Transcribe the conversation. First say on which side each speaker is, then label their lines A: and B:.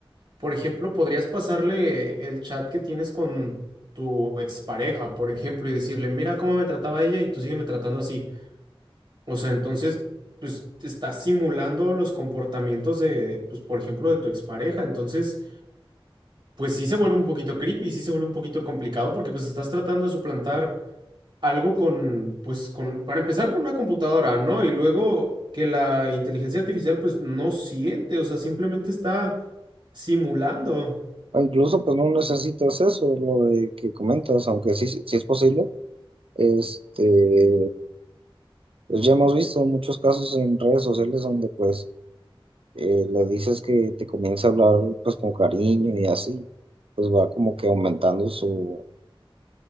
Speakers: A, on the right; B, on the right.
A: por ejemplo, podrías pasarle el chat que tienes con tu expareja, por ejemplo, y decirle, mira cómo me trataba ella y tú sígueme tratando así. O sea, entonces, pues estás simulando los comportamientos de, pues, por ejemplo, de tu expareja, entonces pues sí se vuelve un poquito creepy, sí se vuelve un poquito complicado porque pues estás tratando de suplantar algo con, pues con, para empezar con una computadora, ¿no? Y luego que la inteligencia artificial pues no siente, o sea, simplemente está simulando.
B: O incluso pues no necesitas eso, lo de que comentas, aunque sí, sí es posible. Este, pues ya hemos visto muchos casos en redes sociales donde pues eh, le dices que te comienza a hablar pues con cariño y así, pues va como que aumentando su,